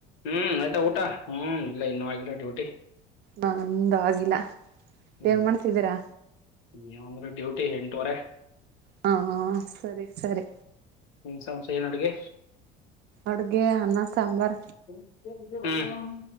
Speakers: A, on the left; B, on the right.
A: ಹ್ಮ್ ಆಯ್ತಾ ಊಟ, ಹ್ಮ್ ಇಲ್ಲ ಇನ್ನು ಆಗಿಲ್ಲ ಡ್ಯೂಟಿ.
B: ನಂದಾಗಿಲ್ಲ.
A: ಹ್ಮ್
B: ಏನ್ ಮಾಡ್ತಿದ್ದೀರಾ?
A: <unintelligible> ಡ್ಯೂಟಿ ಎಂಟುವರೆ.
B: ಹಾ ಸರಿ ಸರಿ.
A: ಹ್ಮ ಸಂಸ ಏನು ಅಡ್ಗೆ?
B: ಅಡ್ಗೆ ಅನ್ನ ಸಾಂಬಾರ.
A: ಹ್ಮ್